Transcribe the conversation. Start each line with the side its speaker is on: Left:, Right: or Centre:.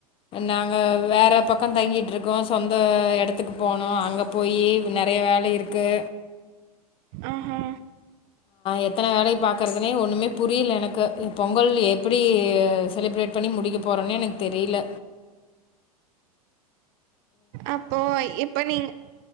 Left: நாங்க வேற பக்கம் தங்கிட்டு இருக்கோம் சொந்த இடத்துக்கு போனும் அங்க போயி நெறய வேல இருக்கு
Right: ஆஹா
Left: எத்தன வேலய பாக்கறதுனே ஒன்னுமே புரியல எனக்கு பொங்கல் எப்டி செலிப்ரேட் பண்ணி முடிக்க போறன்னே எனக்கு தெரில
Right: அப்போ இப்ப நீங்க இப்